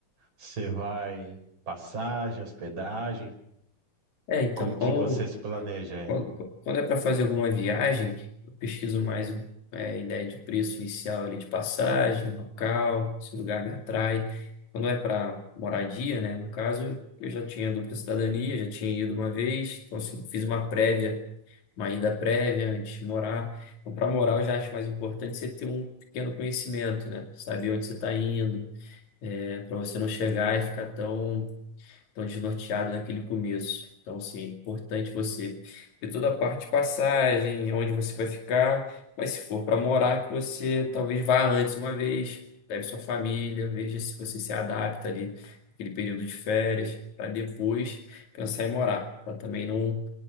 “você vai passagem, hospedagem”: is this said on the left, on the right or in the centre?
Right